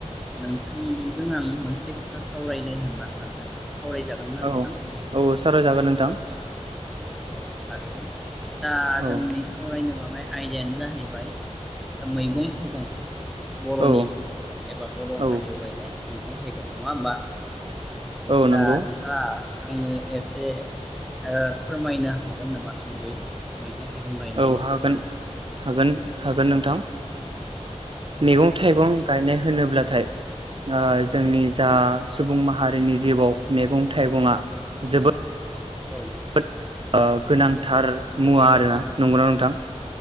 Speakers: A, in the centre; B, on the right (about 45°).
A: नोंथांजों आं मोनसे खोथा सावरायनो होनना सानदों। सावरायजागोन ना
B: औ
A: नोंथां
B: औ सावराय जागोन नोंथां
A: औ औ थारैनो दा
B: औ
A: जोंनि सावरायनो नाय आयदायानो जाहैबाय मैगं थाइगं बर'नि
B: औ
A: एबा बर'
B: औ
A: हारियाव गायनाय मैगं थाइगं नङा होमबा
B: औ
A: दा
B: नंगौ
A: नोंथाङा आंनो एसे ओ फोरमायनो हागोन नामा सुंद'यै मैगं थाइगं गायनायनि
B: औ हागोन
A: फारसे
B: हागोन हागोन नोंथां
A: औ औ
B: मैगं थाइगं गायनाय
A: थारैनो
B: होनोब्लाथाय ओ जोंनि जा
A: औ
B: सुबुं माहा हारिनि जिबाव मैगं थाइगङा जोबो
A: औ
B: बोद ओ गोनांथार मुवा आरोना नंगौना नोंथां